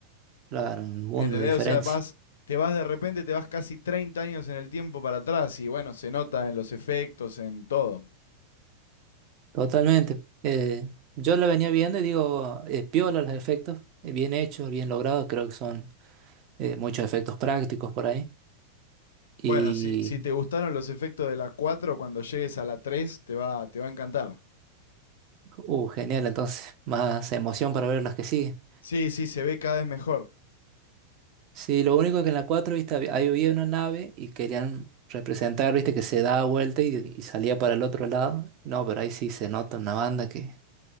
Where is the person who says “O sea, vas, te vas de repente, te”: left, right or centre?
Left